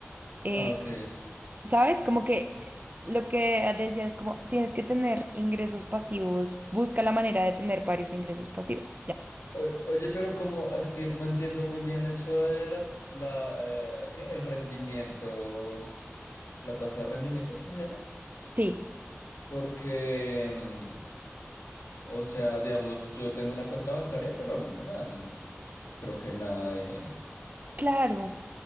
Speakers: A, on the right; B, on the left.
A: Eh,
B: Ah, Ok,
A: ¿sabes? Como que eh, lo que decían es como tienes que tener ingresos pasivos, busca la manera de tener varios ingresos pasivos. Ya.
B: O- Oye, pero como es que no entiendo muy bien eso de la, la eh, ¿qué? El rendimiento, la tasa de rendimientos que se llama,
A: Sí,
B: porque, mm, o sea, digamos, yo tengo una cuenta bancaria, pero a mí no me dan, creo que nada de,
A: claro.